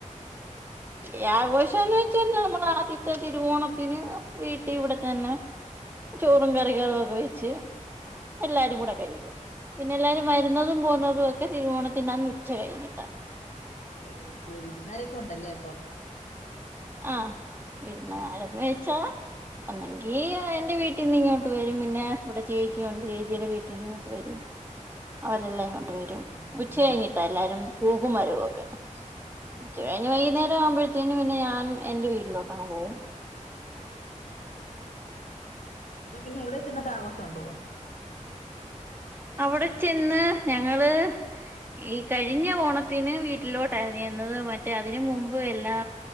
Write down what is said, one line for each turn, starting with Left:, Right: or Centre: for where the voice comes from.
Right: യഘോഷംന്ന് വെച്ചാല് നമ്മളെ ആദ്യത്തെ തിരുവോണത്തിന് വീടി ഇവടെ ത ന്നെ ചോറും കറികളൊക്കെ വെച്ച്
Left: ആ
Right: എല്ലാരും കൂടെ കഴി പിന്നെ എല്ലാരും
Left: ആ
Right: വരുന്നതും
Left: ആ
Right: പോന്നതൊക്കെ തിരുവോണത്തിനന്ന് ഉച്ച കഴിഞ്ഞിട്ട.
Left: ഓഹ് ഓക്കെ വീര്ന്നാരൊക്കെണ്ടല്ലേ അപ്പൊ
Right: ആഹ് വിര്ന്നാരെന്ന് വെച്ചാ ഒന്നെങ്കി എന്റെ വീട്ടിന്ന് ഇങ്ങോട്ട് വരും പിന്നെ ഇവടെ ചേച്ചിയുണ്ട് ചേച്ചിടെ വീട്ടിന്നും വെരും. അവരെല്ലാം
Left: ഉം ഉം
Right: വെരും ഉച്ച
Left: ഉം ഉം
Right: കഴിഞ്ഞിട്ടാ എല്ലാരും പോകും വരവൊക്കെ
Left: ഉം
Right: ഉച്ച കഴിഞ്ഞ് വൈകുന്നേരാവുമ്പോഴ്ത്തിനും പിന്നെ ഞാൻ എന്റെ വീട്ടിലോട്ടങ്ങ് പോവും.
Left: അപ്പൊ പിന്നെ എവടെ ചെന്നിട്ടാഘോഷണ്ടോ?
Right: അവിടെ ചെന്ന് ഞങ്ങള് ഈ കഴിഞ്ഞ ഓണത്തിന് വീട്ടിലോട്ടായിരുന്നു ചെന്നത് മറ്റേ അതിന് മുമ്പ് എല്ലാ